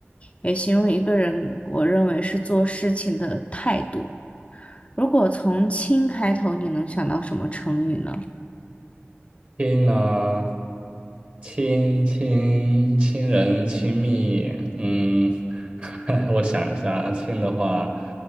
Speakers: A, on the left; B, on the right.
A: 也形容一个人，我认为是做事情的态度。如果从“轻”开头，你能想到什么成语呢？
B: 亲呢，亲亲亲人亲密，嗯，<laughs> 我想一下啊，亲的话，